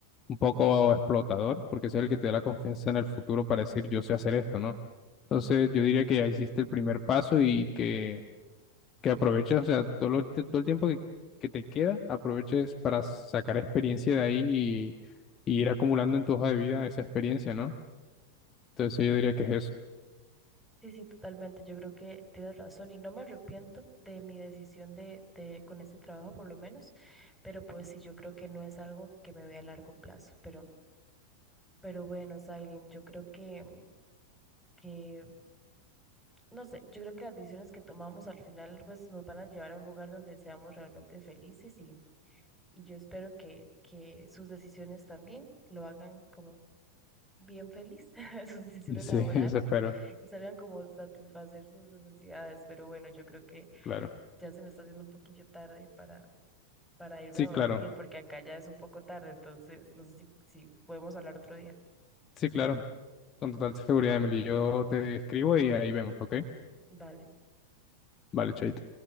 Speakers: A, on the left (about 25°); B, in the centre.
A: un poco explotador, porque ese es el que te da la confianza en el futuro para decir, yo sé hacer esto, ¿no? Entonces, yo diría que ya hiciste el primer paso y que que aproveches, o sea, todo, lo- te- todo el tiempo que, que te queda, aproveches para sacar experiencia de ahí y, y ir acumulando en tu hoja de vida esa experiencia, ¿no? Entonces yo diría que es eso.
B: Sí, sí, totalmente. Yo creo que tienes razón y no me arrepiento de mi decisión de, de con este trabajo por lo menos, pero pues sí, yo creo que no es algo que me vea a largo plazo, pero, pero bueno, Salim, yo creo que, que, no sé, yo creo que las decisiones que tomamos al final pues nos van a llevar a un lugar donde seamos realmente felices y, y yo espero que, que sus decisiones también lo hagan como bien feliz, <laughs> sus decisiones
A: Sí,
B: laborales
A: <laughs> eso espero,
B: y salgan como satisfacer sus necesidades, pero bueno, yo creo que
A: claro.
B: Ya se me está haciendo un poquillo tarde para, para irme
A: Sí,
B: a dormir
A: claro,
B: porque acá ya es un poco tarde, entonces no sé si, si podemos hablar otro día.
A: sí, claro, con total seguridad, Emily. Yo te escribo y ahí vemos, ¿ok?
B: Dale.
A: Vale, chaito.